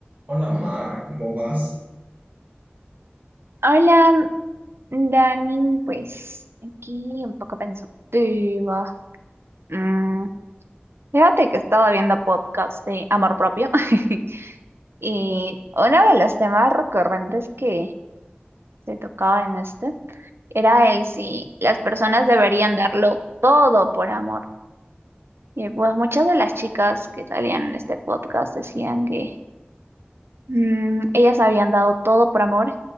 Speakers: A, on the right; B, on the right.
A: Hola Mar, ¿cómo vas?
B: Hola, Dani, pues aquí un poco pensativa. Mm, fíjate que estaba viendo podcast de amor propio <laughs> y uno de los temas recurrentes que se tocaba en este era el si las personas deberían darlo todo por amor. Y pues muchas de las chicas que salían en este podcast decían que mm, ellas habían dado todo por amor